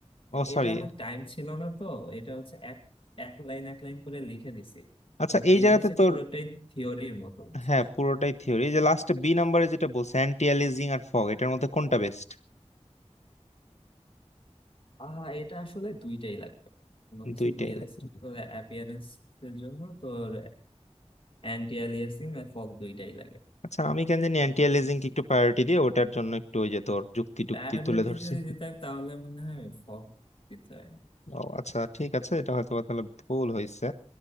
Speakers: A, on the left (about 70°); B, on the left (about 50°).
A: ও
B: এটা
A: সরি
B: আমার টাইম ছিল না তো এটা হচ্ছে এক এক লাইন এক লাইন করে লিখে দিছি
A: আচ্ছা
B: এবং
A: এই
B: এইটা
A: জায়গাতে
B: হচ্ছে
A: তোর
B: পুরোটাই থিওরির মতো বুঝছিস
A: হ্যাঁ পুরোটাই থিওরি এই যে লাস্টে বি নাম্বারে যেটা বলছে অ্যান্টি অ্যালিজিং আর ফগ এটার মধ্যে কোনটা বেস্ট
B: আহ এটা আসলে দুইটাই লাগবে কোনো কিছু
A: দুইটাই
B: রিয়েলিস্টিক
A: লাগে
B: অ্যাপিয়ারেন্স এর জন্য তোর অ্যান্টি অ্যালিয়াসিং আর ফগ দুইটাই লাগে
A: আচ্ছা আমি কেন জানি অ্যান্টি এলিজিং কে একটু প্রায়োরিটি দিয়ে ওটার জন্য একটু ওই যে তোর যুক্তি টুক্তি
B: প্রায়োরিটি
A: তুলে ধরছি
B: যদি দিতে হয় তাহলে মনে হয় ফগ দিতে হয়
A: ও আচ্ছা ঠিক আছে এটা হয়তো বা তাহলে ভুল হয়েছে